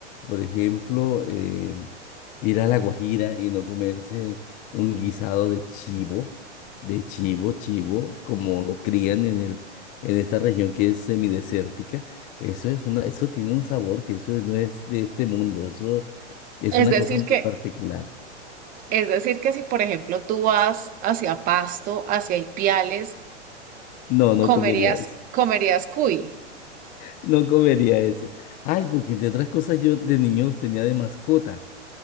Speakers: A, on the left; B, on the right.
A: Por ejemplo, eh, ir a La Guajira y no comerse un guisado de chivo, de chivo, chivo, como lo crían en el, en esta región que es semidesértica. Eso es una, eso tiene un sabor que eso es- no es de este mundo. Eso es
B: Es
A: una
B: decir
A: cosa muy
B: que,
A: particular.
B: es decir que si por ejemplo tú vas hacia Pasto, hacia Ipiales,
A: No, no
B: comerías,
A: comería eso.
B: comerías cuy.
A: No comería eso. Ay, porque entre otras cosas yo de niño los tenía de mascota.